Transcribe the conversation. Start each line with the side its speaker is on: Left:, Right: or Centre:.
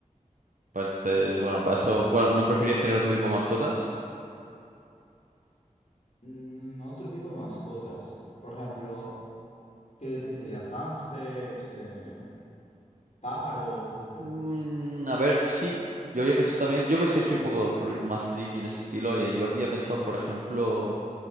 Right: Pues entonces, bueno, para eso... Bueno, ¿no preferirías tener otro tipo de mascotas?
Left: Mm, otro tipo de mascotas. Por ejemplo, ¿qué, qué sería? Hámsters, eh, pájaros, etcétera.
Right: Mm, a ver, sí. Yo había pensado también... Yo pues que soy un poco fri- más friki en ese estilo y yo había pensado, por ejemplo...